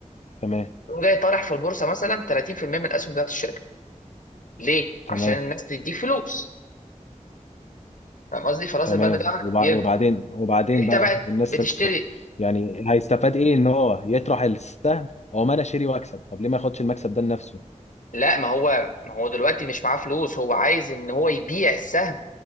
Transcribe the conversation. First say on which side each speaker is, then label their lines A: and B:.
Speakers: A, on the left; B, on the left.
A: تمام
B: تقوم جاي طارح في البورصه مثلا 30% من الاسهم بتاعت الشركه ليه
A: تمام
B: عشان الناس تديك فلوس فاهم قصدي فراس
A: تمام
B: المال بتاعك
A: وبع...
B: يكبر
A: وبعدين وبعدين
B: انت
A: بقى
B: بقى
A: الناس
B: بتشتري
A: هتس... يعني هيستفاد ايه ان هو يطرح السهم او ما انا اشتري واكسب طب ليه ما ياخدش المكسب ده لنفسه
B: لا ما هو ما هو دلوقتي مش معاه فلوس هو عايز ان هو يبيع السهم